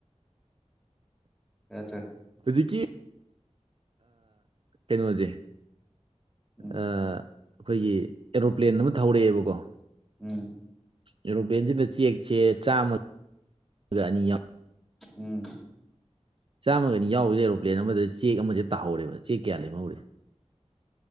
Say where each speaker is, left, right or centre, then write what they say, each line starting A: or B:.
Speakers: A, in the centre; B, on the right.
A: ꯌꯥꯆꯥ
B: ꯍꯧꯖꯤꯛꯀꯤ ꯀꯩꯅꯣꯁꯦ
A: ꯎꯝ
B: ꯑꯩꯈꯣꯏꯒꯤ ꯑꯦꯔꯣꯄ꯭ꯂꯦꯟ ꯑꯃ ꯊ ꯍꯧꯔꯛꯑꯦꯕꯀꯣ
A: ꯎꯝ
B: ꯌꯨꯔꯣꯄꯟꯁꯤꯗ ꯆꯦꯛꯁꯦ ꯆꯥꯝꯃꯒ ꯑꯅꯤ ꯌꯥꯎ
A: ꯎꯝ
B: ꯆꯥꯝꯃꯒꯅꯤ ꯌꯥꯎꯕꯁꯦ ꯑꯦꯔꯣꯄ꯭ꯂꯦꯟ ꯑꯃꯗ ꯆꯦꯛ ꯑꯃꯁꯦ ꯇꯥꯍꯧꯔꯦꯕ ꯆꯦꯛ ꯀꯌꯥ ꯂꯦꯝꯍꯧꯔꯦ